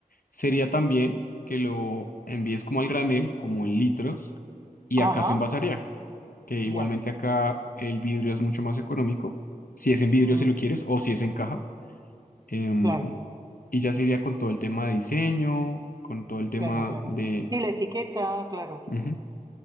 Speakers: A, on the left; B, on the right.
A: sería también que lo envíes como al granel, como en litros, y acá
B: Ajá,
A: se envasaría, que igualmente
B: ya.
A: acá el vidrio es mucho más económico, si es en vidrio
B: Mm,
A: si lo quieres o si es en caja. em,
B: claro,
A: y ya se iría con todo el tema de diseño, con todo el tema
B: claro, claro.
A: de...
B: Y la etiqueta, claro.
A: ujú.